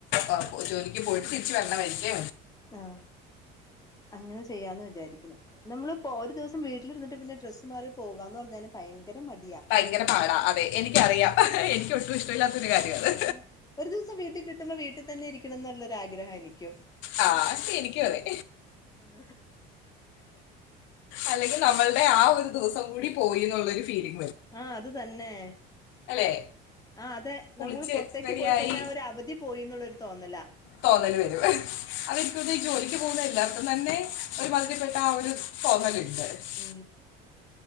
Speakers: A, on the left; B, on the left.
A: ആ ജോലിക്ക് പോയിട്ട് തിരിച്ച് വരണ വഴിക്ക്
B: ആഹ് അങ്ങനെ ചെയ്യാന്ന് വിചാരിക്കുന്നു നമ്മളിപ്പോ ഒരു ദിവസം വീട്ടിലിരുന്നിട്ട് പിന്നെ ഡ്രസ്സ് മാറി പോകാന്ന് പറഞ്ഞാല് ഭയങ്കര മടിയാ
A: ഭയങ്കര പാടാ അതെ എനിക്കറിയാ എനിക്ക് ഒട്ടും ഇഷ്ടല്ലാത്തൊരു കാര്യ അത്
B: ആഹ് ഒരു ദിവസം വീട്ടിൽ കിട്ടുമ്പോ വീട്ടിൽ തന്നെ ഇരിക്കണം എന്നുള്ളൊരു ആഗ്രഹാ എനിക്കും
A: ആഹ് അതൊക്കെ എനിക്കും അതേ
B: ആ
A: അല്ലെങ്കിൽ നമ്മള് അല്ലെ ആ ഒരു ദിവസംകൂടി പോയി എന്നുള്ളൊരു ഫീല്
B: ആഹ് അത് തന്നെ
A: അല്ലേ
B: ആഹ് അതെ
A: കുളിച്ച്
B: നമ്മൾ പൊർത്തേക്ക്
A: റെഡിയായി
B: പോയി കഴിഞ്ഞാ ഒരവധി പോയിന്നുള്ളൊരു തോന്നല
A: തോന്നല് വരും അതൻക്കൊന്നെ ഈ ജോലിക്ക് പോകുന്ന എല്ലാർക്കും തന്നെ ഒരു മതിരിപ്പെട്ട ആ ഒരു തോന്നല്ണ്ട്
B: മ്